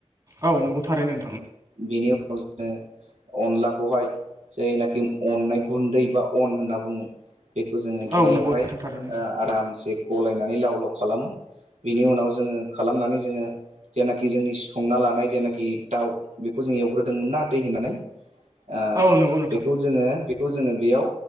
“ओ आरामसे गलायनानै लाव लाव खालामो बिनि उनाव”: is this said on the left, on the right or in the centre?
Right